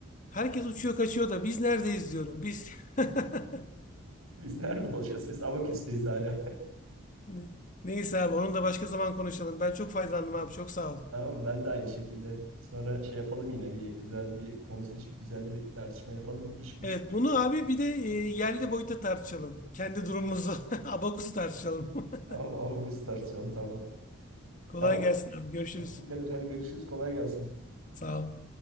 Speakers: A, on the left; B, on the right.
A: Herkes uçuyor kaçıyor da biz neredeyiz diyorum. Biz. <laughs>
B: Biz nerede olacağız? Biz Abaküs'teyiz hala.
A: Ne- Neyse abi onu da başka zaman konuşalım. Ben çok faydalandım abi çok sağ
B: <laughs>
A: ol.
B: Ama ben de aynı şekilde. Sonra şey yapalım yine bir güzel bir konu seçip güzel bir tartışma yapalım. İş güç.
A: Evet bunu abi bir de e, yerli boyutta tartışalım. Kendi durumumuzu, <laughs> abakusu tartışalım.
B: <laughs> Tamam
A: <laughs>
B: Abaküs tartışalım tamam.
A: Kolay
B: Tamam.
A: gelsin abi görüşürüz.
B: Kadir hadi görüşürüz. Kolay gelsin.
A: Sağ ol.